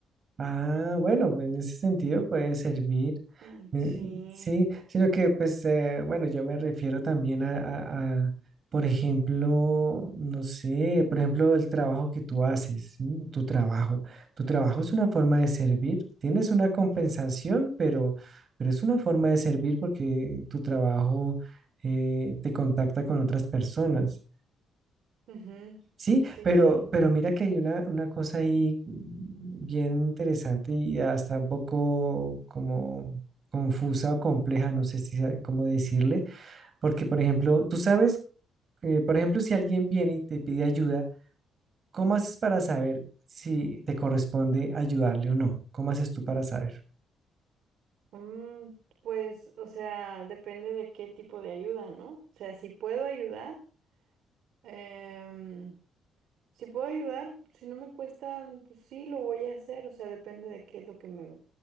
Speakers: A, on the right (about 45°); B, on the right (about 80°).
A: Ah, bueno, en ese sentido puede servir.
B: Mm,
A: eh,
B: Sí.
A: sí, sino que, pues, eh, bueno, yo me refiero también a, a- a, por ejemplo, no sé, por ejemplo, el trabajo que tú haces, ¿sí? Tu trabajo. Tu trabajo es una forma de servir. Tienes una compensación, pero, pero es una forma de servir porque tu trabajo eh, te contacta con otras personas.
B: Ujú.
A: Sí,
B: Sí,
A: pero,
B: sí.
A: pero mira que hay una, una cosa ahí mm, bien interesante y hasta un poco como confusa o compleja, no sé si sa- cómo decirle, porque por ejemplo, tú sabes, eh, por ejemplo, si alguien viene y te pide ayuda, ¿cómo haces para saber si te corresponde ayudarle o no? ¿Cómo haces tú para saber?
B: Mm, pues, o sea, depende de qué tipo de ayuda, ¿no? O sea, si puedo ayudar, em, si puedo ayudar, si no me cuesta, pues sí lo voy a hacer, o sea, depende de qué es lo que me